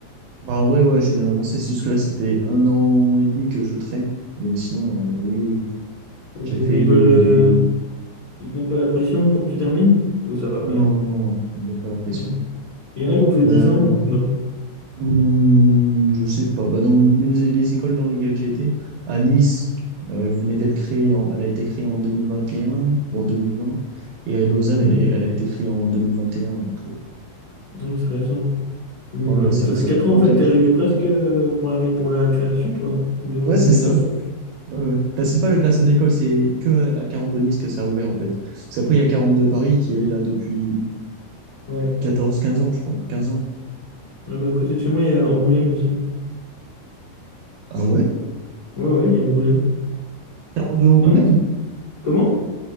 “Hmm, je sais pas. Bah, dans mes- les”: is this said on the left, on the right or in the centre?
Right